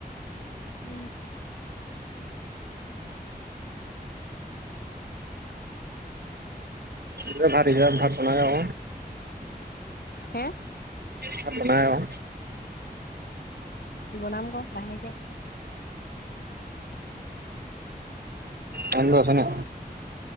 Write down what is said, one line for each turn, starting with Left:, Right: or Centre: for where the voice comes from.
Left: উম
Right: নিজৰ ভাত নিজে ভাত বনাই <inaudible>
Left: হে
Right: ভাত বনাই আওঁ।
Left: বনাম ক লাহেকে।
Right: কাৰণ্ট লৈ আছে নে?